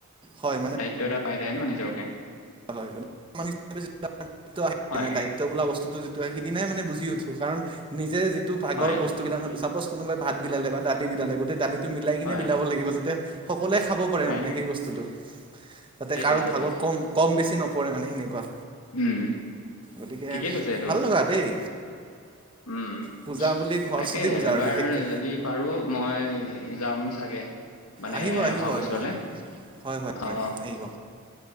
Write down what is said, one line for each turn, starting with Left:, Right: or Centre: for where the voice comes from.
Right: হয়
Left: দায়িত্ব এটা পাই যায় ন নিজৰ কাৰণে,
Right: হয়ানে
Left: হয়
Right: দায়িত্ব বোলা বস্তুটো, সিদিনাই মানে বুজি উঠো কাৰণ নিজে যিটো ভাগৰ
Left: হয়
Right: বস্তু বিলাকো চাপজ কোনোবাই ভাত বিলালে বা দালি বিলালে গোটেই দালিটো মিলাই কিনে
Left: হয়
Right: বিলাব লাগিব যাতে অকলে খাব পাৰে
Left: হয়
Right: মানে সেই বস্তুটো যাতে
Left: সেইটোৱে
Right: কাৰো
Left: সেইটোৱে
Right: ভাগত কম কম বেছি নপৰে মানে সেনেকুৱা
Left: উম
Right: গতিকে
Left: ঠিকেই কৈছে এইটো
Right: ভাল লগা দেই
Left: উম
Right: পূজা বুলি সৰস্বতী
Left: তাকে
Right: পূজা
Left: এবাৰ
Right: আৰু বিশেষকে
Left: যদি পাৰো মই যাম চাগে মানে
Right: আহিব আহিব
Left: অহা বছৰলৈ
Right: একদম হয় হয় হয়
Left: অ
Right: আহিব